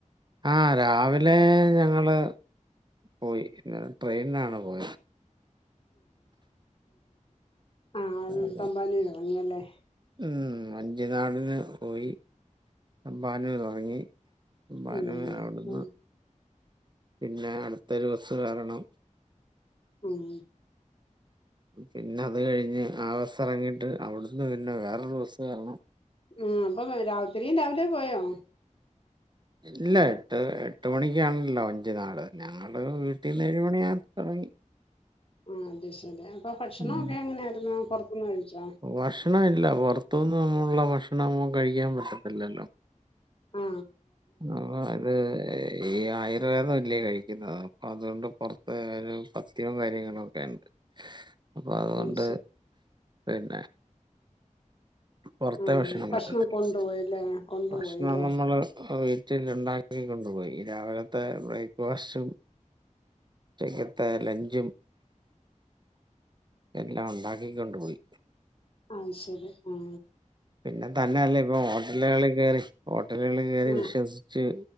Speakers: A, on the right (about 35°); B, on the left (about 45°).
A: ആ രാവിലെ ഇന്നലെ ഞങ്ങള് പോയി ട്രെയിന് ആണ് പോയത്
B: ആ
A: അതെ.
B: തമ്പാനൂര് ഇറങ്ങിയല്ലേ
A: ഉം അഞ്ചേ നാടിന് പോയി തമ്പാനൂരിറങ്ങി തമ്പാനൂർ
B: ഉം
A: അവിടുന്ന്
B: ഉം
A: പിന്നെ അട്തൊരു വസ്സ് കാരണം
B: ഉം
A: പിന്നെ അത് കഴിഞ്ഞ് ആ ബസ്സ് ഇറങ്ങിട്ട് അവിടുന്ന് പിന്നെ വേറൊരു ബസ്സ് കേറണം
B: ഉം അപ്പൊ രാത്രിയും രാവിലെ പോയോ
A: ഇല്ല എട്ട് എട്ട് മണിക്കാണല്ലോ അഞ്ചു നാള് ഞങ്ങള് വീട്ടിന്ന് ഏഴ മണിയാ ഒറങ്ങി
B: ആ അതെ ശരി അപ്പൊ ഭക്ഷണൊക്കെ
A: ഉം
B: എങ്ങനെയായിരുന്നു പുറത്തുന്ന് കഴിച്ചോ
A: ഭക്ഷണം ഇല്ല പുറത്തുന്ന് നമ്മളുള്ള ഭക്ഷണം കഴിക്കാൻ പറ്റത്തില്ലല്ലോ
B: ആ
A: അതൊ ഇത് ഈ ആയിരം പേദം ഇല്ലേ കഴിക്കുന്നത് അപ്പൊ അതുകൊണ്ട് പുറത്ത് ഒരു പത്യവും കാര്യങ്ങളും ഒക്കെ ഉണ്ട് അപ്പൊ അതുകൊണ്ട്
B: അത് ശരി
A: പിന്നെ പുറത്തെ
B: ആഹ്
A: ഭക്ഷണം പറ്റത്തില്ല
B: കൊണ്ടുപോയില്ലേ കൊണ്ടുപോയില്ലേ
A: ഭക്ഷണം നമ്മള് വ ഉണ്ടാക്കി കൊണ്ടുപോയി രാവിലത്തെ ബ്രേക്ക്ഫാസ്റ്റും ഉച്ചെക്കത്തെ ലഞ്ചും എല്ലാം ഉണ്ടാക്കിക്കൊണ്ടുപോയി
B: ആ ശരി ആ
A: പിന്നെ തന്നെയല്ലേ ഇപ്പൊ ഹോട്ടലുകളിൽ കേറി ഹോട്ടലുകളിൽ കേറി
B: ആഹ്
A: വിശ്വസിച്ച്